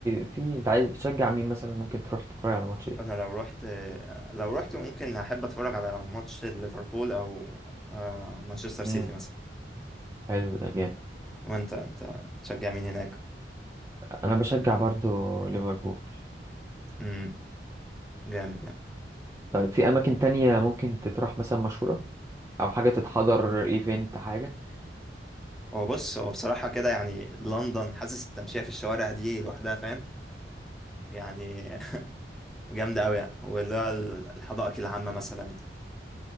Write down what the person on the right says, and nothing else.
في انت عايز بتشجع مين مثلا ممكن تروح تتفرج على ماتش ايه
امم
حلو ده جامد
انا بشجع برضو ليفربول
طيب في اماكن تانية ممكن تتروح مثلا مشهوره او حاجه تتحضر ايفنت حاجه